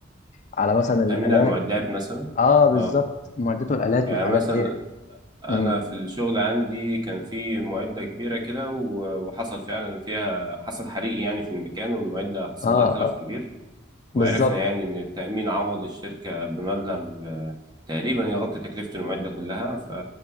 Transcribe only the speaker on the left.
على مثلا الالات
اه بالظبط
معدات والالات
والحاجات
ديت
امم
اه
اه
بالظبط